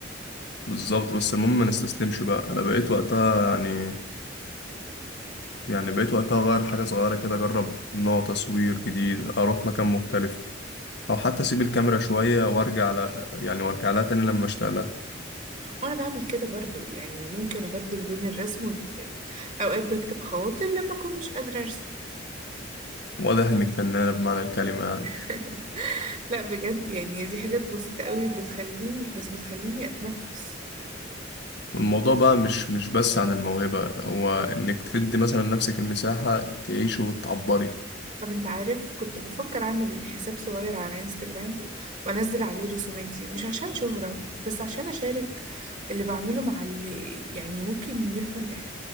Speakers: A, on the left; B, on the right.
A: بالظبط بس المهم ما نستسلمش بقى انا بقيت وقتها يعني يعني بقيت وقتها أغير حاجة صغيرة كده أجرب نوع تصوير جديد أروح مكان مختلف أو حتى أسيب الكاميرا شوية وأرجع على يعني وأرجع لها تاني لما أشتغلها
B: وأنا بعمل كده برضو يعني ممكن أبدل بين الرسم والكتابة أوقات بكتب خواطر لما أكون مش قادرة أرسم
A: وأده إنك فنانة بمعنى الكلمة يعني
B: <laughs> لا بجد يعني دي حاجات بسيطة قوي بتخليني بس بتخليني أتنفس
A: والموضوع بقى مش مش بس عن الموهبة هو إنك تدي مثلا لنفسك المساحة تعيش وتعبري
B: طب انت عارف كنت بفكر اعمل حساب صغير على انستجرام وانزل عليه رسوماتي مش عشان شهرة بس عشان اشارك اللي بعمله مع اللي يعني ممكن يفهم إح...